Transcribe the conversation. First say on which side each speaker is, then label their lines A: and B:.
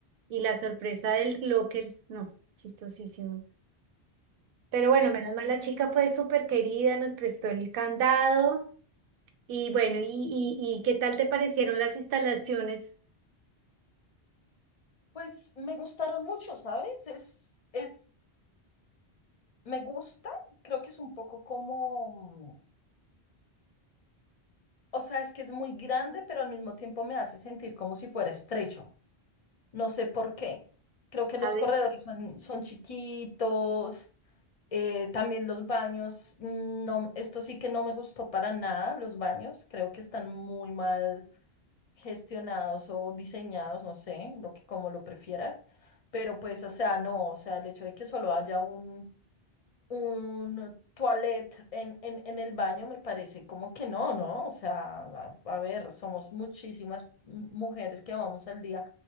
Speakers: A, on the right (about 65°); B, on the left (about 50°).
A: y la sorpresa del locker. No, chistosísimo. Pero bueno,
B: Sí,
A: menos
B: fue-
A: mal la chica fue súper querida, nos prestó el candado. Y bueno, ¿y, y, y qué tal te parecieron las instalaciones?
B: Pues me gustaron mucho, ¿sabes? Es, es. Me gusta, creo que es un poco como, mm, o sea, es que es muy grande, pero al mismo tiempo me hace sentir como si fuera estrecho. No sé por qué. Creo que los
A: ¿Sabes?
B: corredores son, son chiquitos, eh, también los baños, mm, no, esto sí que no me gustó para nada, los baños, creo que están muy mal gestionados o diseñados, no sé, lo que como lo prefieras, pero pues, o sea, no, o sea, el hecho de que solo haya un un toilet en, en, en el baño, me parece como que no, ¿no? O sea, a, a ver, somos muchísimas m- mujeres que vamos al día